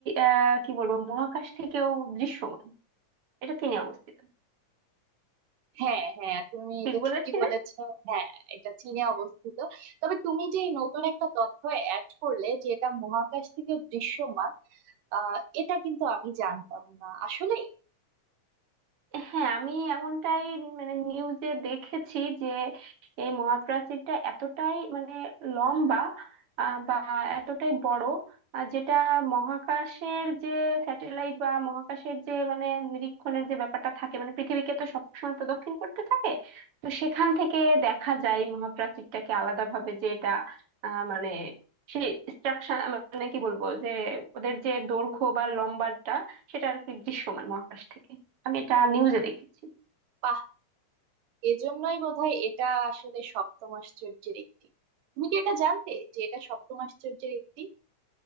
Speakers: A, on the right; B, on the right.
A: আহ কি বলবো মহাকাশ থেকেও দৃশ্যমান এটা চীনে অবস্থিত
B: হ্যাঁ হ্যাঁ তুমি
A: ঠিক
B: এটা
A: বলেছি
B: ঠিকই বলেছো
A: না?
B: হ্যাঁ এটা চীনে অবস্থিত তবে তুমি যে নতুন একটা তথ্য অ্যাড করলে যে এটা মহাকাশ থেকে দৃশ্যমান আহ এটা কিন্তু আমি জানতাম না আসলে
A: হ্যাঁ আমি এমনটাই মানে নিউজে দেখেছি যে এই মহাপ্রাচীরটা এতটাই মানে লম্বা আহ, বা এতটাই বড় আহ, যেটা মহাকাশের যে স্যাটেলাইট বা মহাকাশের যে মানে নিরীক্ষণের যে ব্যাপারটা থাকে মানে পৃথিবীকে তো সবসময় প্রদক্ষিণ করতে থাকে তো সেখান থেকে দেখা যায় এই মহাপ্রাচীরটাকে আলাদাভাবে যে এটা আহ, মানে সেই স্ট্রাকচার মানে কি বলবো যে ওদের যে দৈর্ঘ্য বা লম্বাটা সেটা আর কি দৃশ্যমান মহাকাশ থেকে আমি এটা নিউজে দেখেছি
B: বাহ এজন্যই বোধহয় এটা আসলে সপ্তম আশ্চর্যের একটি তুমি কি এটা জানতে যে এটা সপ্তম আশ্চর্যের একটি